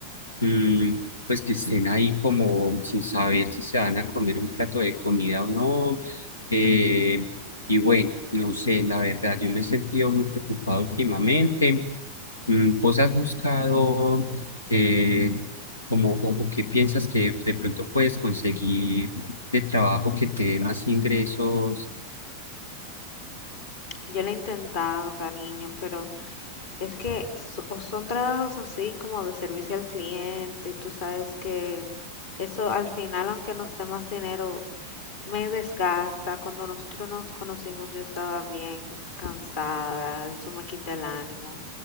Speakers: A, on the left; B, on the left.
A: Mm, pues que estén ahí como sin saber si se van a comer un plato de comida o no. Eh, y bueno, no sé, la verdad, yo me he sentido muy preocupado últimamente. Mm, ¿vos has buscado eh, como o, o qué piensas que de pronto puedes conseguir de trabajo que te dé más ingresos?
B: Yo lo he intentado, cariño, pero Es que so- o son trabajos así como de servicio al cliente y tú sabes que eso al final, aunque nos dé más dinero, me desgasta. Cuando nosotros nos conocimos yo estaba bien cansada, eso me quita el ánimo